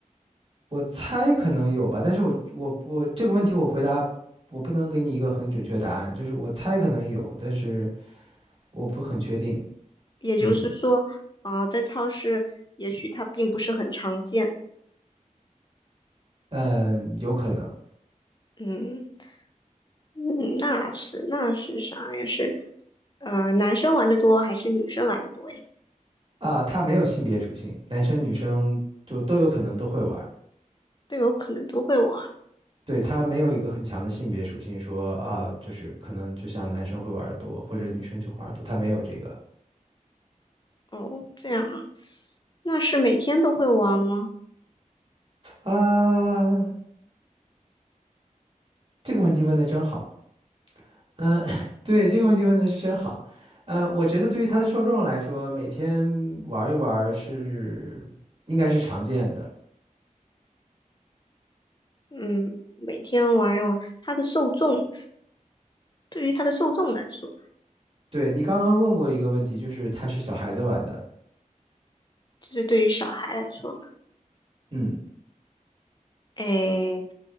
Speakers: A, on the right (about 40°); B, on the left (about 35°).
A: 我猜可能有吧，但是我我我这个问题我回答我不能给你一个很准确的答案，就是我猜可能有，但是我不很确定。
B: 也就是说，
A: 嗯
B: 啊、在超市也许它并不是很常见。
A: 嗯，有可能
B: 嗯。嗯，那是那是啥呀？是呃，男生玩的多还是女生玩的多呀？
A: 啊，它没有性别属性，男生女生就都有可能都会玩。
B: 队友可能都会玩。
A: 对，他没有一个很强的性别属性，说啊，就是可能就像男生会玩的多，或者女生就玩多，多。它没有这个
B: 哦，这样啊，那是每天都会玩吗？
A: 啊。这个问题问的真好，嗯，<laughs> 对，这个问题问的是真好，嗯，我觉得对于他的受众来说，每天玩一玩是应该是常见的。
B: 嗯，每天玩一玩。它的受众，对于它的受众来说，
A: 对，你刚刚问过一个问题，就是它是小孩子玩的，
B: 就是对于小孩来说嘛，
A: 嗯
B: 诶，